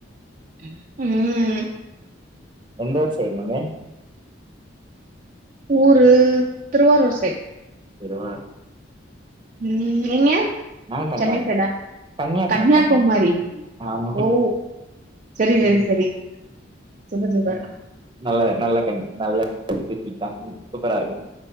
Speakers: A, on the right; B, on the right.
A: உம்
B: எந்தூர் சைபமே
A: ஊரு திருவாரூர் சைட்
B: திருவா
A: ம் நீங்க
B: நா கன்னியாகு
A: சென்னை சைடா
B: கன்னியாகுமரி
A: கன்யாகுமாரி
B: கன்னியாகுமரி கன்னியாகுமரி.
A: ஓ
B: ஆமா
A: சரி
B: ம்
A: சரி சரி சுப்பர் சுப்பர்
B: அதான். நல்ல நல்ல கண் நல்ல <unintelligible> சூப்பராருக்கு